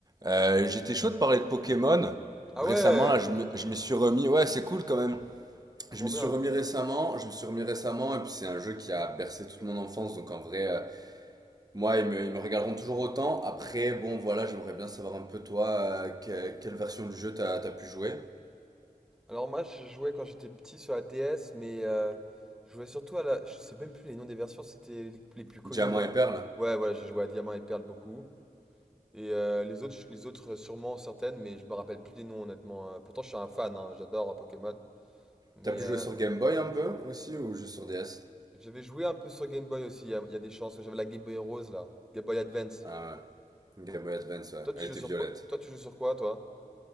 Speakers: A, on the right; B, in the centre.
A: Euh, J'étais chaud de parler de Pokémon.
B: Ah
A: Récemment,
B: ouais,
A: là, je me- je m'y suis remis. Ouais, c'est cool quand même.
B: trop
A: Je m'y
B: bien.
A: suis remis récemment. Je me suis remis récemment. Et puis, c'est un jeu qui a bercé toute mon enfance. Donc, en vrai, euh, moi, ils me, ils me regarderont toujours autant. Après, bon, voilà, j'aimerais bien savoir un peu, toi, euh, que- quelle version du jeu t'as t'as pu jouer?
B: Alors moi je jouais quand j'étais petit sur la DS, mais euh, je jouais surtout à la... Je sais même plus les noms des versions, c'était les, les plus connus
A: Diamant
B: là.
A: et Perle.
B: Ouais voilà, j'ai joué à Diamant et Perle beaucoup. Et euh, les autres, je- les autres sûrement certaines, mais je me rappelle plus des noms honnêtement. Euh, pourtant je suis un fan, hein, j'adore euh, Pokémon. Mais
A: T'as pu
B: euh,
A: jouer sur Game Boy un peu aussi ou juste sur DS?
B: j'avais joué un peu sur Game Boy aussi, il y, a il y a des chances. que J'avais la Game Boy Rose là, Game Boy Advance.
A: Ah ouais. Game Boy Advance, ouais.
B: Toi tu
A: Elle
B: joues
A: était
B: sur
A: violette.
B: quoi? Toi tu joues sur quoi toi?